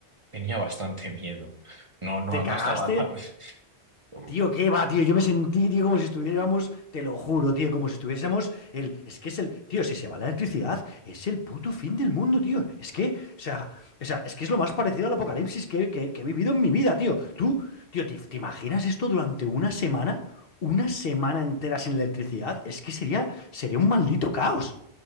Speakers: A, on the right; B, on the left.
A: tenía bastante <laughs> miedo. No, no,
B: ¿Te cagaste?
A: no estaba tan. <laughs> Uf,
B: Tío, ¿qué va, tío? Yo me sentí, tío, como si estuviéramos, te lo juro, tío, como si estuviésemos el, es que es el, tío, si se va la electricidad, es el puto fin del mundo, tío. Es que, o sea, o sea, es que es lo más parecido al apocalipsis que, que- que he vivido en mi vida, tío. Tú, tío, ¿te, te imaginas esto durante una semana? Una semana entera sin electricidad, es que sería, sería un maldito caos.